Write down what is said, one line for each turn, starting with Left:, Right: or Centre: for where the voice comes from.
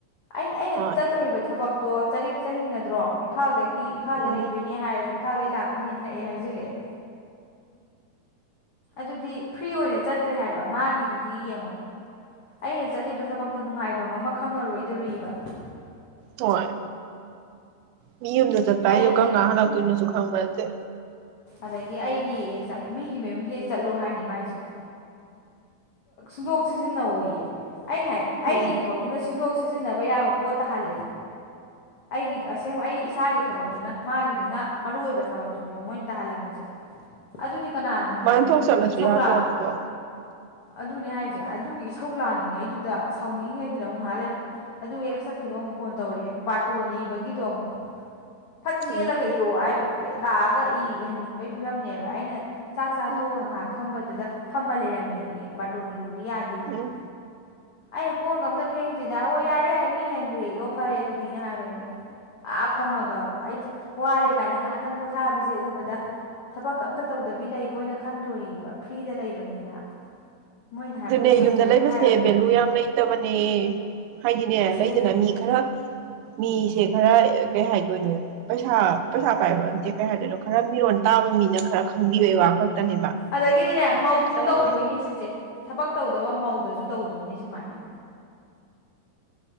Left: ꯑꯩꯅ ꯑꯩꯅ
Right: ꯍꯣꯏ
Left: ꯆꯠꯇꯣꯔꯤꯕ ꯊꯕꯛꯇꯣ ꯆꯔꯦꯛ ꯆꯤꯡ ꯅꯠꯇ꯭ꯔꯣ ꯏꯝꯐꯥꯜꯗꯒꯤ ꯏꯝꯐꯥꯜꯗ
Right: ꯎꯝ
Left: ꯂꯩꯗꯣꯏꯅꯦ ꯍꯥꯏꯔꯁꯤ ꯏꯝꯐꯥꯜꯗꯩꯒꯤ ꯂꯥꯛꯄꯅꯦꯅ ꯅꯛꯑ ꯍꯥꯏꯖꯜꯂꯛꯑꯦ ꯑꯗꯨꯗꯤ ꯐ꯭ꯔꯤ ꯑꯣꯏꯅ ꯆꯠꯇ꯭ꯔꯦ ꯍꯥꯏꯕ ꯃꯥꯒꯤꯗꯨꯗꯤ ꯌꯦꯡꯉꯣ ꯑꯩꯅ ꯆꯠꯂꯤꯕ ꯊꯕꯛꯇꯣ ꯅꯨꯡꯉꯥꯏꯐꯝ ꯑꯃ ꯈꯪꯉꯔꯣꯏꯗꯣꯔꯤꯕ
Right: ꯍꯣꯏ ꯃꯤ ꯑꯃꯗ ꯆꯠꯄ
Left: ꯑꯩꯒꯤ
Right: ꯍꯥꯏꯁꯨ ꯀꯪ ꯀꯥ ꯍꯥꯟꯂꯥꯛꯛꯇꯣꯏꯅꯁꯨ ꯈꯪꯕꯁꯦ
Left: ꯑꯗꯩꯗꯤ ꯑꯩꯒꯤ ꯑꯦꯛꯖꯥ ꯃꯤꯒꯤ ꯃꯌꯨꯝꯁꯤꯗꯩ ꯆꯠꯂꯣ ꯍꯥꯏꯅꯤ ꯃꯥꯏꯁꯦ ꯁꯤꯟꯗꯣꯛ ꯁꯤꯖꯤꯟ ꯇꯧꯋꯣꯌꯦ ꯑꯩꯅ ꯍꯥꯏ ꯑꯩꯒꯤ
Right: ꯎꯝ
Left: ꯊꯕꯛꯇꯨꯅ ꯁꯤꯟꯗꯣꯛ ꯁꯤꯖꯤꯟꯅꯕ ꯌꯥꯕ ꯄꯣꯠꯇ ꯇꯥꯍꯜꯂꯦ ꯑꯩꯒꯤ ꯑꯁꯦꯡꯕ ꯑꯩ ꯏꯁꯥꯒꯤ ꯊꯕꯛꯇꯨꯅ ꯃꯥꯒꯤꯗꯨꯅ ꯃꯔꯨꯑꯣ ꯑꯣꯏꯕ ꯊꯕꯛꯇꯨꯅꯦꯕ ꯃꯣꯏꯅ ꯇꯥꯍꯜꯂꯝꯃꯤꯁꯦ ꯑꯗꯨꯗꯤ ꯀꯅꯥꯅ ꯅꯨꯡꯉꯥꯏꯗꯣꯏꯅꯣ
Right: ꯃꯥꯅ ꯊꯣꯛ
Left: ꯑꯗꯨꯒꯤ
Right: ꯆꯠꯂꯁꯨ
Left: ꯏꯁꯧ
Right: ꯌꯥꯗ꯭ꯔꯣ
Left: ꯂꯥꯛ
Right: ꯑꯗꯨꯕꯣ
Left: ꯑꯗꯨꯅꯦ ꯍꯥꯏꯁꯦ ꯑꯗꯨꯒꯤ ꯏꯁꯧ ꯂꯥꯡꯉꯉꯩꯗꯨꯗ ꯁꯥꯎꯅꯤꯡꯉꯤꯉꯩꯗꯨꯗ ꯑꯃꯨꯛ ꯉꯍꯥꯟ ꯂꯩꯕ ꯑꯗꯨ ꯍꯦꯛ ꯆꯠꯈꯤꯕ ꯑꯃꯨꯛ ꯐꯣꯟ ꯇꯧꯔꯛꯑꯦ ꯕꯥꯔꯇꯣꯟ ꯏꯕꯒꯤꯗꯣ ꯑꯃꯨꯛ ꯐꯠ ꯆꯦꯜꯂꯒ
Right: ꯎꯝ
Left: ꯏꯔꯣ ꯍꯥꯏꯕ ꯂꯥꯛꯑꯒ ꯏꯍꯟꯅꯤꯡꯕꯒꯤ ꯐꯤꯕꯝꯅꯦꯕ ꯑꯩꯅ ꯆꯥꯛ ꯆꯥ
Right: ꯎꯝ
Left: ꯇꯣꯡꯉꯒ ꯉꯥꯏꯍꯥꯛ ꯐꯝꯕꯗꯨꯗ ꯐꯝꯃ ꯂꯩꯔꯝꯃꯦꯌꯦ ꯕꯥꯔꯇꯣꯟ ꯏ ꯌꯣꯗꯤ ꯌꯥꯗꯦꯌꯦ
Right: ꯎꯝ
Left: ꯑꯩꯅ ꯀꯣꯟꯒ ꯑꯝꯇ ꯐꯦꯡꯗ꯭ꯔꯤꯗ ꯑꯣ ꯌꯥꯔꯦ ꯌꯥꯔꯦ ꯃꯤ ꯍꯦꯟꯈ꯭ꯔꯦ ꯑꯣ ꯐꯔꯦ ꯑꯗꯨꯗꯤ ꯍꯥꯏꯕ ꯑꯩꯁꯦ ꯑꯥ ꯐꯝꯃꯒ ꯑꯩꯁꯦ ꯋꯥꯔꯦ ꯀꯥꯏꯅ ꯉꯥꯏꯍꯥꯛ ꯈꯤꯇꯪ ꯄꯣꯊꯥꯕꯁꯦ ꯎꯕꯗ ꯊꯕꯛ ꯑꯝꯇ ꯇꯧꯗꯕꯤ ꯂꯩꯕꯅ ꯈꯟꯗꯣꯔꯤꯑꯕ ꯐ꯭ꯔꯤꯗ ꯂꯩꯕꯅꯦꯅ ꯃꯣꯏꯅ ꯍꯥꯏꯕꯗꯨ
Right: ꯑꯗꯨꯅꯦ
Left: ꯁꯪꯗꯦꯒ
Right: ꯌꯨꯝꯗ ꯂꯩꯕꯁꯦ
Left: ꯍꯥꯏꯔꯨꯔꯗꯤ
Right: ꯚꯦꯂꯨ ꯌꯥꯝ ꯂꯩꯇꯕꯅꯦ ꯍꯥꯏꯗꯤꯅꯦ ꯂꯩꯗꯅ
Left: ꯂꯩꯇꯦ
Right: ꯃꯤ ꯈꯔ ꯃꯤꯁꯦ ꯈꯔ ꯀꯩ ꯍꯥꯏꯗꯣꯏꯅꯣ ꯄꯩꯁꯥ ꯄꯩꯁꯥ ꯄꯥꯏꯕ ꯑꯝꯇꯦ ꯀꯩ ꯍꯥꯏꯗꯣꯏꯅꯣ ꯈꯔ ꯃꯤꯔꯣꯟ ꯇꯥꯕ ꯃꯤꯅ ꯈꯔ ꯈꯪꯕꯤꯕꯩ ꯋꯥ ꯈꯛꯇꯅꯦꯕ
Left: ꯑꯗꯒꯤꯗꯤꯅꯦ ꯃꯧꯁꯨ
Right: ꯈꯔ
Left: ꯇꯧꯗꯣꯏꯅꯦ ꯁꯤꯁꯦ ꯊꯕꯛ ꯇꯧꯗꯕ ꯃꯧꯗꯁꯨ ꯇꯧꯗꯣꯏꯅꯦ ꯁꯨꯃꯥꯏꯅ